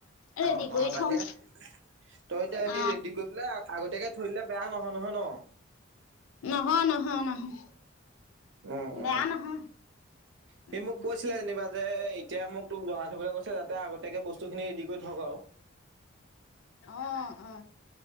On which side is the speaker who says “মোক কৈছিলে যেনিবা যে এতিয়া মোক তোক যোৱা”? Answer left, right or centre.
Right